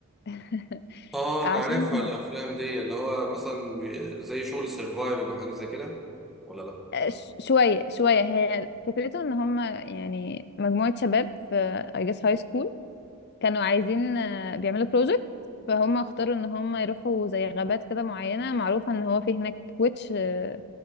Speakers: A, on the left; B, in the centre.
A: <laughs>
B: اه
A: عشان
B: انا عارفها الافلام دي اللي هو مثلا بي- زي شغل سرفايفل وحاجات زي كده ولا لا
A: آه، ش- شوية شوية هي فكرته ان هم يعني مجموعة شباب في I guess high school كانوا عايزين آه، بيعملوا بروجكت فهم اختاروا ان هم يروحوا زي غابات كده معينة معروفة ان هو في هناك ويتش آه،